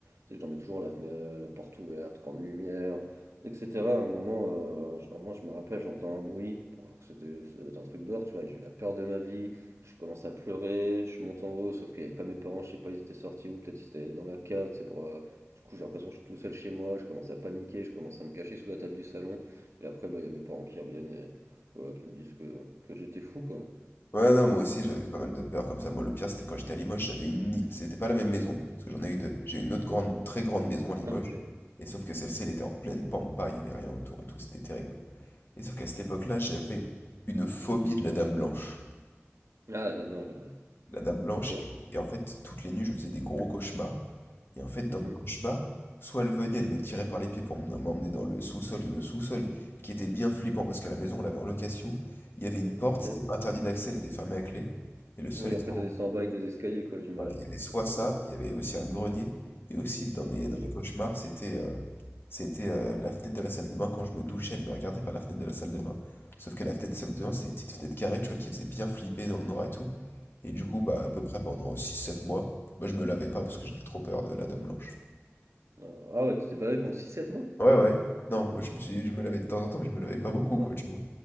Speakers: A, on the right; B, on the left.
A: tu sais, je dormais toujours la fenêtre, euh, la porte ouverte, grande lumière, etc. À un moment, euh, je- à un moment, je me rappelle, j'entends un bruit, bon, alors que c'était ça devait être un truc dehors, tu vois, et j'ai eu la peur de ma vie, je commence à pleurer, je monte en haut, sauf qu'il n'y avait pas mes parents, je sais pas, ils étaient sortis ou peut-être ils étaient allés dans la cave, tu sais, pour. euh, Du coup, j'ai l'impression que je suis tout seul chez moi, je commence à paniquer, je commence à me cacher sous la table du salon, et après, bah, il y a mes parents qui reviennent et voilà, qui me disent que, que j'étais fou, quoi.
B: Ouais, non, moi aussi, j'avais pas mal de peur comme ça. Moi, le pire, c'était quand j'étais à Limoges, j'avais une... ni- C'était pas la même maison, parce que j'en ai eu deux. J'ai eu une autre grande, très grande maison à Limoges,
A: Ah, ok.
B: et sauf que celle-ci, elle était en pleine pampa, il y avait rien autour et tout, c'était terrible. Et sauf qu'à cette époque-là, j'avais une phobie de la Dame Blanche.
A: Ah, Dame Blanche, ouais.
B: La Dame Blanche,
A: Ok.
B: et en fait, toutes les nuits, je faisais des gros cauchemars, et en fait, dans
A: Mhm.
B: mes cauchemars, soit elle venait, elle me tirait par les pieds pour m'en- m'emmener dans le sous-sol, et le sous-sol, qui était bien flippant, parce que la maison, on l'avait en location, il y avait une porte,
A: Ok.
B: c'était interdit d'accès, elle était fermée à clé, et le sol
A: Oui,
B: était
A: après ça descend en bas avec des escaliers, quoi, j'imagine.
B: Voilà, il y avait
A: Des
B: soit
A: trucs.
B: ça,
A: euh,
B: il y avait aussi un grenier, et aussi dans mes,
A: Ok.
B: dans mes cauchemars, c'était euh, c'était euh, la fenêtre de la salle de bain. Quand je me douchais, elle me regardait par la fenêtre de la salle de bain. Sauf que la fenêtre de la salle de bain, c'était une petite fenêtre carrée, tu vois, qui faisait bien flipper dans le noir et tout. Et du coup, bah, à
A: Ah
B: peu
A: oui.
B: près pendant six sept mois, bah, je me lavais pas parce
A: ok.
B: que j'avais trop peur de la Dame Blanche.
A: Ah ah ouais, tu t'es pas fait pendant 6-7 mois?
B: Ouais, ouais. Non, moi, je me suis, je me lavais de temps en temps, mais je me lavais pas beaucoup, quoi,
A: Ah,
B: tu vois.